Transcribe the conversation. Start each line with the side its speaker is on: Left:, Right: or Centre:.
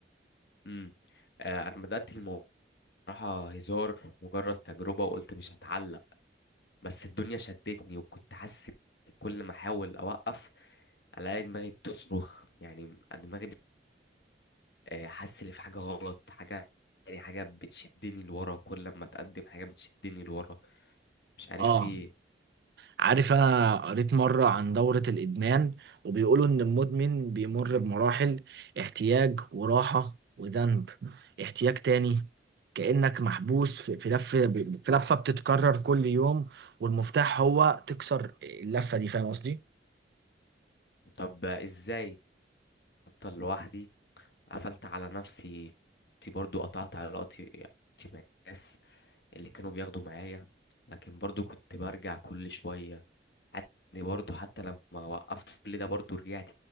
Left: امم آه أنا بدأت الموضوع بصراحة هزار مجرد تجربة وقلت مش هتعلق بس الدنيا شدتني وكنت حاسس كل ما أحاول أوقف ألاقي دماغي بتصرخ يعني دماغي آه، حاسس ان في حاجه غلط حاجه يعني حاجه بتشدني لورا كل ما اتقدم حاجه بتشدني لورا مش عارف
Right: اه
Left: في ايه
Right: عارف انا قريت مرة عن دورة الادمان وبيقولوا ان المدمن بيمر بمراحل احتياج وراحة وذنب احتياج تاني كأنك محبوس في في لفة في لفة بتتكرر كل يوم والمفتاح هو تكسر اللفة دي فاهم قصدي؟
Left: طب ازاي افضل لوحدي قفلت على نفسي كنت برضو قطعت علاقتي علاقتي مع الناس اللي كانوا بياخدوا معايا لكن برضو كنت برجع كل شويه يعني برضو حتى لما وقفت كل ده برضو رجعت